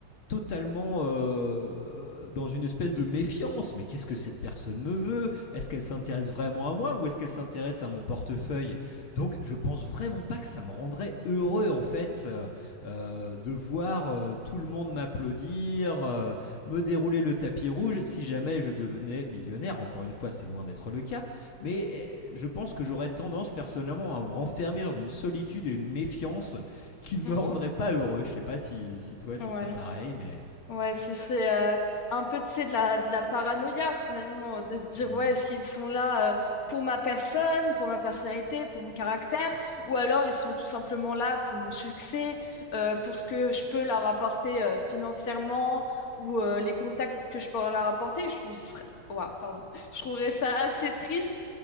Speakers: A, on the left; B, on the left.
A: totalement euh, dans une espèce de méfiance. Mais qu'est-ce que cette personne me veut Est-ce qu'elle s'intéresse vraiment à moi ou est-ce qu'elle s'intéresse à mon portefeuille Donc je pense vraiment pas que ça me rendrait heureux en fait euh, euh, de voir euh, tout le monde m'applaudir, euh, me dérouler le tapis rouge si jamais je devenais millionnaire. Encore une fois, c'est loin d'être le cas. Mais euh, je pense que j'aurais tendance personnellement à me renfermer dans une solitude et une méfiance qui ne
B: Mm,
A: me rendrait pas heureux. Je sais pas si, si toi ce
B: ouais.
A: serait pareil, mais.
B: Ouais, ce serait euh, un peu, tu sais, de la, de la paranoïa finalement, de se dire,
A: Hmm.
B: ouais, est-ce qu'ils sont là euh, pour ma personne, pour ma personnalité, pour mon caractère, ou alors ils sont tout simplement là pour mon succès, euh, pour ce que je peux leur apporter euh, financièrement, ou euh, les contacts que je peux leur apporter. Je trouve, ce serait- Ouah, pardon. Je trouverais ça assez triste